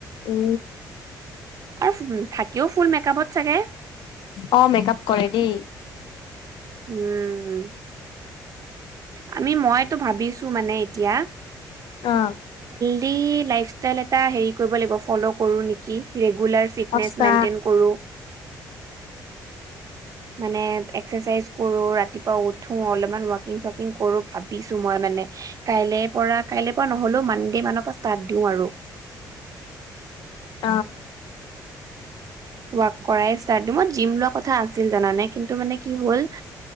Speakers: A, on the left; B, on the right.
A: উ,
B: আৰু থাকিও ফুল মেকপত চাগে।
A: অ', মেকআপ কৰে দেই।
B: উম আমি মইতো ভাবিছো মানে এতিয়া
A: অহ।
B: কি লাইফ ষ্টাইল এটা হেৰি কৰিব লাগিব, ফ'ল' কৰো নেকি? ৰেগুলাৰ ফিটনেছ
A: সঁচা
B: মেইনটেইন কৰোঁ। মানে এক্সাৰচাইজ। কৰো ৰাতিপুৱা উঠো অলপমান ৱাকিং চকিং কৰো ভাবিছো মই মানে কাইলে পৰা কাইলেৰ পৰা নহ'লেও মনডে মানৰ পৰা ষ্টাৰ্ট দিওঁ আৰু।
A: উম
B: ৱাক কৰাই ষ্টাৰ্ট দিম, মই জিম লোৱা কথা আছিল জানানে কিন্তু মানে কি হ'ল